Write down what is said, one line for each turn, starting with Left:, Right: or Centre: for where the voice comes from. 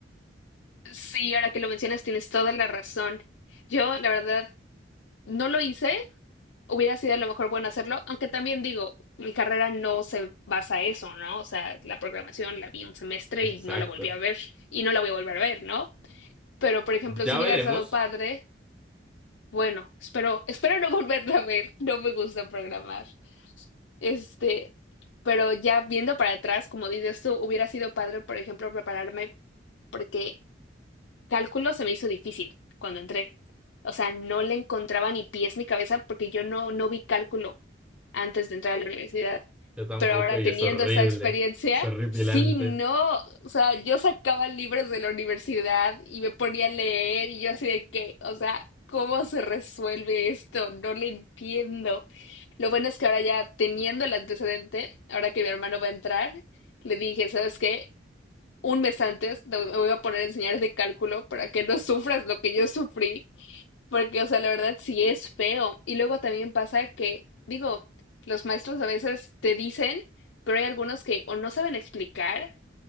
Left: Sí, ahora que lo mencionas, tienes toda la razón. Yo, la verdad, no lo hice. Hubiera sido a lo mejor bueno hacerlo, aunque también digo, mi carrera no se basa en eso, ¿no? O sea, la programación la vi un semestre
Centre: Exacto.
Left: y no la volví a ver y no la voy a volver a ver, ¿no? Pero, por ejemplo,
Centre: Ya
Left: si hubieras
Centre: veremos.
Left: dado padre Bueno, espero, espero no volverla a ver. No me gusta programar. Este, pero ya viendo para atrás, como dices tú, hubiera sido padre, por ejemplo, prepararme. porque. Cálculo se me hizo difícil cuando entré. O sea, no le encontraba ni pies ni cabeza porque yo no, no vi cálculo antes de entrar a la universidad.
Centre: Yo tampoco,
Left: Pero ahora
Centre: y
Left: teniendo
Centre: es horrible,
Left: esa experiencia,
Centre: es horripilante.
Left: sí, no. O sea, yo sacaba libros de la universidad y me ponía a leer y yo así de que, o sea, ¿cómo se resuelve esto? No le entiendo. Lo bueno es que ahora ya teniendo el antecedente, ahora que mi hermano va a entrar, le dije, ¿sabes qué? un mes antes te- me voy a poner a enseñar de cálculo para que no sufras lo que yo sufrí, porque, o sea, la verdad sí es feo. Y luego también pasa que, digo, los maestros a veces te dicen, pero hay algunos que o no saben explicar